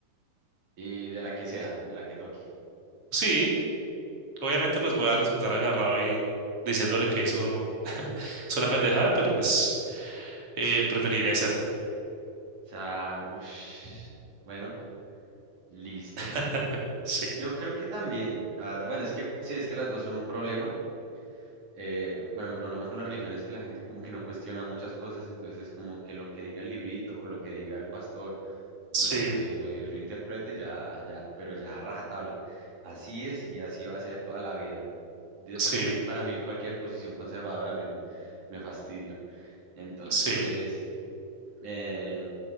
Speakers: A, on the right (about 55°); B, on the right (about 40°).
A: Y de la que sea, de la que toque.
B: Sí, obviamente pues voy a resultar agarrado y diciéndole que eso no <laughs> es una pendejada, pero pues eh, preferiría hacerlo.
A: sea, uff, bueno, listo.
B: <laughs> Sí,
A: Yo creo que también, la verdad, bueno, es que sí, es que las dos son un problema. Eh, bueno, mi problema con la religión es que la gente como que no cuestiona muchas cosas, entonces es como que lo que diga el librito o lo que diga el pastor o
B: sí,
A: lo que medio yo interprete, ya, ya, pero ya a rajatabla. Así es y así va a ser toda la vida. De
B: sí,
A: por sí, para mí cualquier posición conservadora me, me fastidia. Entonces,
B: sí.
A: eh,